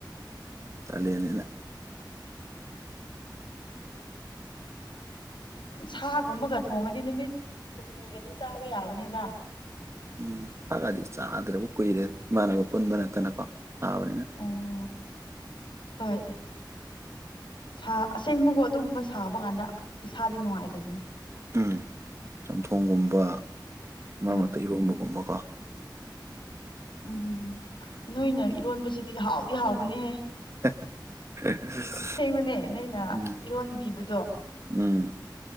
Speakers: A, on the right (about 35°); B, on the left (about 85°).
A: ꯇꯜꯂꯦꯅ
B: ꯁꯥꯒꯨꯝꯕꯒ ꯊꯣꯡꯉꯗꯤ ꯅꯨꯃꯤꯠ ꯍꯨꯝꯅꯤꯒꯗꯤ ꯆꯥꯕ ꯌꯥꯕꯅꯤꯗ
A: ꯎꯝꯁꯒꯗꯤ ꯆꯥꯗ꯭ꯔꯕꯨ ꯀꯨꯏꯔꯦ ꯏꯃꯥꯟꯅꯕ ꯄꯨꯟꯕ ꯅꯠꯇꯅꯀꯣ ꯁꯥꯥꯕꯅꯤꯅ
B: ꯑꯣ ꯍꯣꯏ ꯁꯥ ꯑꯁꯦꯡꯕꯀꯣ ꯑꯗꯨꯒꯨꯝꯕ ꯁꯥꯕ ꯀꯥꯟꯗ ꯏꯁꯥꯗꯤ ꯅꯨꯡꯉꯥꯏꯇꯕꯅꯤ
A: ꯎꯝ ꯆꯝꯊꯣꯡꯒꯨꯝꯕ ꯃꯔꯛ
B: ꯍꯣꯏ
A: ꯃꯔꯛꯇ ꯏꯔꯣꯝꯕꯒꯨꯝꯕꯀꯣ
B: ꯎꯝ ꯅꯣꯏꯅ ꯏꯔꯣꯟꯕꯁꯤꯗꯤ ꯍꯥꯎꯗꯤ ꯍꯥꯎꯕꯅꯦꯍꯦ
A: <unintelligible> <unintelligible>
B: ꯁꯦꯡꯕꯅꯦ ꯅꯣꯏꯅ
A: ꯎꯝ
B: ꯏꯔꯣꯟꯕꯤꯕꯗꯣ
A: ꯎꯝ